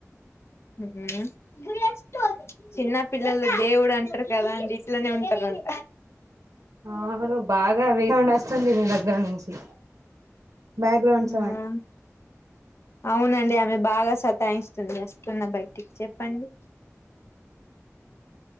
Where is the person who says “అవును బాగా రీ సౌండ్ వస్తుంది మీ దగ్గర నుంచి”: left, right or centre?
Right